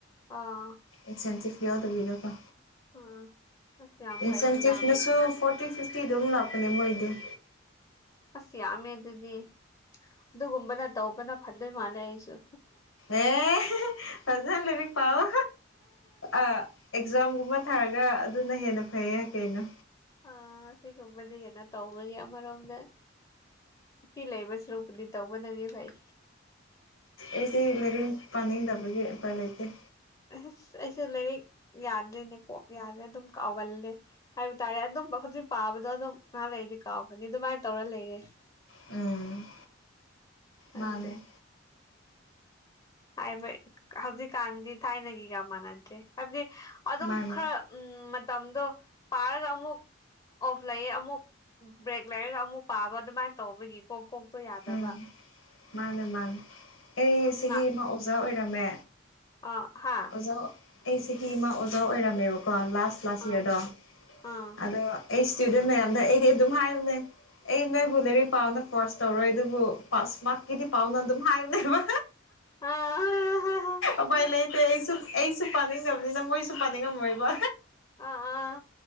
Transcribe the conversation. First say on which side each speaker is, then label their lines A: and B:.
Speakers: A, on the left; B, on the left.
A: ꯑꯥ
B: ꯏꯟꯁꯦꯟꯇꯤꯞ ꯌꯥꯎꯗꯕꯤꯗꯀꯣ
A: ꯎꯝ ꯑꯁ ꯌꯥꯝ ꯐꯩꯅꯦ
B: ꯏꯟꯁꯦꯟꯇꯤꯞꯅꯁꯨ
A: ꯌꯥꯝꯃꯦ
B: ꯐꯣꯔꯇꯤ ꯁꯤꯛꯁꯇꯤꯗ ꯑꯗꯨꯝ ꯂꯥꯛꯄꯅꯦ ꯃꯣꯏꯗꯤ
A: ꯑꯁ ꯌꯥꯝꯃꯦ ꯑꯗꯨꯗꯤ ꯑꯗꯨꯒꯨꯝꯕꯅ ꯇꯧꯕꯅ ꯐꯗꯣꯏ ꯃꯥꯜꯂꯦ ꯑꯩꯁꯨ
B: ꯑꯦ ꯐꯖꯦꯟ ꯂꯩꯃꯤ ꯄꯑꯣ ꯑꯦꯛꯖꯥꯝꯒꯨꯝꯕ ꯊꯥꯔꯒ ꯑꯗꯨꯅ ꯍꯦꯟꯅ ꯐꯩꯌꯦ ꯀꯩꯅꯣ
A: ꯑ ꯁꯤꯒꯨꯝꯕꯗꯤ ꯀꯩꯅꯣ ꯇꯧꯕꯒꯤ ꯑꯃꯔꯣꯝꯗ ꯐꯔ꯭ꯤ ꯂꯩꯕ ꯁꯔꯨꯛꯄꯨꯗꯤ ꯇꯧꯕꯅꯗꯤ ꯐꯩ
B: ꯑꯩꯗꯤ ꯂꯥꯏꯔꯤꯛ ꯄꯥꯅꯤꯡꯗꯕꯒꯤ ꯎꯄꯥꯏ ꯂꯩꯇꯦ
A: ꯑꯁ ꯑꯩꯁꯨ ꯂꯥꯏꯔꯤꯛ ꯌꯥꯗ꯭ꯔꯤꯅꯦꯀꯣ ꯌꯥꯗ꯭ꯔꯦ ꯑꯗꯨꯝ ꯀꯥꯎꯒꯜꯂꯦ ꯍꯥꯏꯕ ꯇꯥꯔꯦ ꯑꯗꯨꯝꯕ ꯍꯧꯖꯤꯛ ꯄꯥꯕꯗꯣ ꯑꯗꯨꯝ ꯉꯍꯥ ꯂꯩꯔꯗꯤ ꯀꯥꯎꯈ꯭ꯔꯅꯤ ꯑꯗꯨꯃꯥꯏꯅ ꯇꯧꯔ ꯂꯩꯔꯦ
B: ꯎꯝ
A: ꯈꯪꯗ꯭ꯔꯦ
B: ꯃꯥꯅꯦ
A: ꯍꯥꯏꯕ ꯍꯧꯖꯤꯛꯀꯥꯟꯗꯤ ꯊꯥꯏꯅꯒꯤꯒ ꯃꯥꯟꯅꯗꯦ ꯍꯥꯏꯕꯗꯤ ꯑꯗꯨꯝ
B: ꯃꯥꯅꯦ
A: ꯈꯔ ꯎꯝ ꯃꯇꯝꯗꯣ ꯄꯥꯔꯒ ꯑꯃꯨꯛ ꯑꯣꯐ ꯂꯩꯌꯦ ꯑꯃꯨꯛ ꯕ꯭ꯔꯦꯛ ꯂꯩꯔꯒ ꯑꯃꯨꯛ ꯄꯥꯕ ꯑꯗꯨꯃꯥꯏꯅ ꯇꯧꯕꯒꯤ ꯀꯣꯛ ꯀꯣꯛꯇꯣ ꯌꯥꯗꯕ
B: ꯎꯝ ꯃꯥꯅꯦ ꯃꯥꯅꯦ ꯑꯩ
A: ꯑꯗꯨꯝ
B: ꯆꯍꯤ
A: ꯉꯥꯛ
B: ꯑꯃ ꯑꯣꯖꯥ ꯑꯣꯏꯔꯝꯃꯦ
A: ꯑꯥ ꯍꯥ
B: ꯑꯣꯖꯥ ꯑꯩ ꯆꯍꯤ ꯑꯃ ꯑꯣꯖꯥ ꯑꯣꯏꯔꯝꯃꯦꯕꯀꯣ ꯂꯥꯁ ꯂꯥꯁ
A: ꯑꯥ
B: ꯏꯌꯥꯔꯗꯣ
A: ꯑꯥ
B: ꯑꯗꯣ ꯑꯩ ꯏꯁꯇꯨꯗꯦꯟ ꯃꯌꯥꯝꯗ ꯑꯩꯗꯤ ꯑꯗꯨꯝ ꯍꯥꯏꯔꯕꯅꯦ ꯑꯩ ꯅꯣꯏꯕꯨ ꯂꯥꯏꯔꯤꯛ ꯄꯥꯎꯅ ꯀꯣꯔꯁ ꯇꯧꯔꯣꯏ ꯑꯗꯨꯕꯨ ꯄꯥꯁ ꯃꯥꯔꯛꯀꯤꯗꯤ ꯄꯥꯎꯅ ꯑꯗꯨꯝ ꯍꯥꯏꯕꯅꯦꯕ
A: ꯑꯥ
B: ꯑꯄꯥꯏ ꯂꯩ ꯑ ꯑꯩꯁꯨ ꯑꯩꯁꯨ ꯄꯥꯅꯤꯡꯗꯕꯅꯤꯅ ꯃꯣꯏꯁꯨ ꯄꯥꯅꯤꯡꯉꯝꯃꯣꯏꯕ
A: ꯑ ꯑꯥ